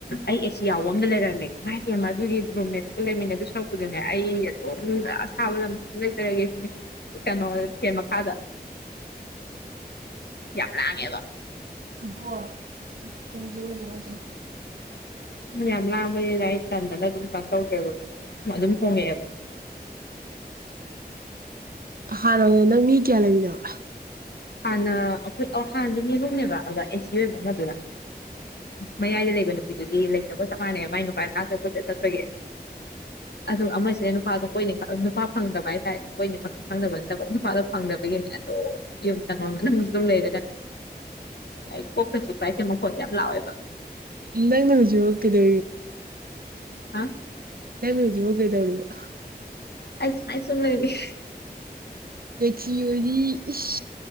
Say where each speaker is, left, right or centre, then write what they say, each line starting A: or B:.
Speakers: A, on the left; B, on the right.
A: ꯑꯩ ꯑꯦꯁꯤ ꯌꯥꯎꯕ ꯑꯝꯗ ꯂꯩꯔꯝꯃꯦ ꯃ ꯌꯦꯡꯉ ꯑꯗꯨꯒꯤ ꯔꯨꯝꯃꯦꯠꯀꯨ ꯂꯩꯃꯤꯟꯅ ꯑꯗꯨ ꯁꯨꯛ ꯑꯗꯨꯅꯦ ꯑꯩ ꯑꯗꯨꯝ ꯑꯁꯥꯕ ꯂꯝꯗ ꯑꯗꯨꯝ ꯂꯩꯖꯔꯒꯦ ꯁꯤꯅꯦ ꯀꯩꯅꯣ ꯐꯅ ꯈꯥꯗ ꯌꯥꯝ ꯂꯥꯛꯑꯦ ꯕ
B: ꯄ ꯇ <unintelligible> ꯌꯑꯣ
A: ꯃ ꯌꯥꯝ ꯂꯥꯛꯕꯅꯤꯅ ꯑꯩ ꯇꯥꯟꯗꯅ ꯑꯗꯨꯝ ꯀꯩꯅꯣ ꯇꯧꯗꯔꯦꯕ ꯀꯣ ꯑꯗꯨꯝ ꯍꯣꯡꯉꯑꯦꯕ
B: ꯍꯥꯟ ꯅꯪ ꯃꯤ ꯀꯌꯥ ꯂꯩꯪꯗꯕ
A: ꯍꯥꯟꯅ ꯑꯩꯈꯣꯏ ꯍꯥꯟꯅꯁꯨ ꯃꯤꯍꯨꯝꯅꯦꯕ ꯑꯗꯨꯗ ꯑꯦꯁꯤ ꯑꯣꯏꯕ ꯑꯃꯗꯨꯅ ꯃꯌꯥꯏꯗ ꯂꯩꯕ ꯅꯨꯄꯤꯗꯨꯗꯤ ꯂꯩꯇꯕ ꯆꯞ ꯃꯥꯟꯅꯩ ꯃꯥꯏ ꯅꯨꯄꯥꯅ ꯉꯥꯛꯇ ꯀꯣꯠꯆꯠ ꯆꯠꯄꯒꯤ ꯑꯗꯨ ꯑꯃꯁꯤꯅ ꯅꯨꯄꯥꯗꯣ ꯀꯣꯏꯅꯤ ꯅꯨꯄꯥ ꯐꯪꯗꯕ ꯍꯥꯏ ꯇꯔꯦꯅꯦ ꯀꯣꯏꯅꯤ ꯈꯪꯗꯕ ꯅꯠꯇꯕ ꯅꯨꯄꯥꯗꯣ ꯐꯪꯗꯕꯒꯤꯅꯦ ꯌ ꯁꯨ ꯑꯗꯨꯝ ꯂꯩꯔ ꯀ ꯥꯏ ꯄꯣꯈꯣꯏꯁꯤ ꯄꯥꯏꯇꯦ ꯃꯣ ꯂꯑꯣ ꯑꯣꯏꯕ
B: ꯑꯦꯅꯖ ꯀꯦꯗꯣ
A: ꯑ
B: ꯅꯪꯗꯤ ꯍꯒꯣꯏꯗꯕꯅꯤꯒ
A: ꯑꯩꯁꯨꯥꯏꯁꯨꯝ ꯂꯩꯏꯗꯤ
B: ꯂꯦꯛꯆ ꯑꯣꯏꯗꯤ ꯏ ꯁ